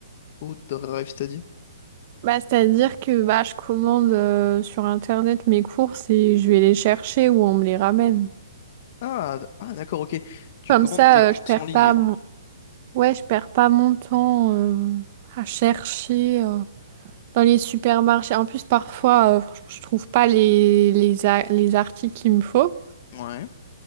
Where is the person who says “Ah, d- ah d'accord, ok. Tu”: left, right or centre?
Left